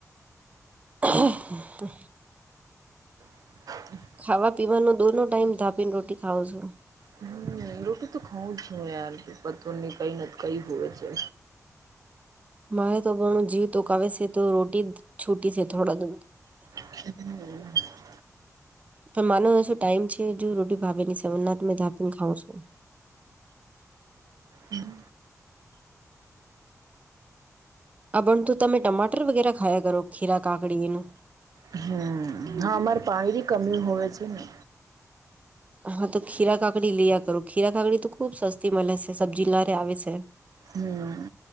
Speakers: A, on the right; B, on the right.
A: તો.
B: <inaudible>
A: ખાવા પીવાનો દોનો ટાઈમ ધાપીને રોટી ખાવ છો.
B: હમ રોટી તો ખઉું જ નઈ યાર પતર ની કઈ કઈ હોય છે.
A: મારે તો બણ જીવ તોકાવે છે તો રોટી છૂટી છે થોડા દ.
B: હ.
A: પણ માનો શું ટાઈમ છે જો રોટી ભાવે સવરનાથ મે ધાપેને ખાવઉ છું.
B: હમ.
A: આ બણ તું તમે ટમાટર વગેરે ખાયા કરો ખીરા કાકડીનું.
B: હમ હા અમાર પાણી કમી હોય છે ને.
A: હા તો ખીરા કાકડી લયા કરો ખીરા કાકડી તો ખુબ સસ્તી મળે છે સબ્જી લારે આવે છે.
B: હમ